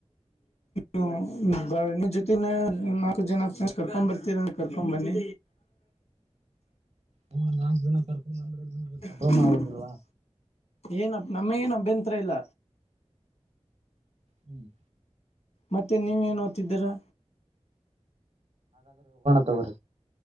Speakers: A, on the left; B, on the right.
A: ಹ. ಬರ್ಣ ಜತೆನ ನಕ ಜನ. ನ ಕರ್ಕೊಂಡ್ ಬರ್ತೀರ ನನ್ ಕರ್ಕೊಂಡ್ ಬನ್ನಿ.
B: ನೀವ್ ನಾಲ್ಕು ದಿನ ಕರ್ಕೊಂಡ್ ಬಂದ್ರೆ ನಿಮ್ಗೆ ಪ್ರಾಬ್ಲಮ್
A: <unintelligible>
B: ಆಗೋದಿಲ್ವಾ
A: ಏನ ನಮ ಏನ್ ಅಭ್ಯಂತರ ಇಲ್ಲ.
B: ಹ್ಮ್.
A: ಮತ್ತೆ ನೀವ ಏನ್ ಓ್ತಿದ್ದೀರಾ.
B: ತರ್